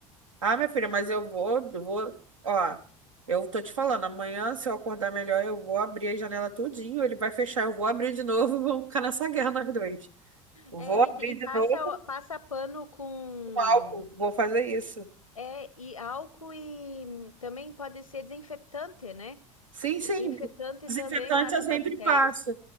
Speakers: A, on the right; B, on the left.
A: Ah, minha filha, mas eu vou, eu vou, ó, eu tô te falando, amanhã, se eu acordar melhor, eu vou abrir a janela tudinho, ele vai fechar, eu vou abrir de novo e <laughs> vamos ficar nessa guerra nós dois. Vou
B: É,
A: abrir
B: e, te- e
A: de
B: passa,
A: novo
B: passa pano com,
A: com álcool, vou fazer isso.
B: é, e álcool e hum, também pode ser desinfetante, né?
A: Sim,
B: O
A: sim,
B: desinfetante
A: desinfetante
B: também mata
A: eu sempre
B: bactérias.
A: passo.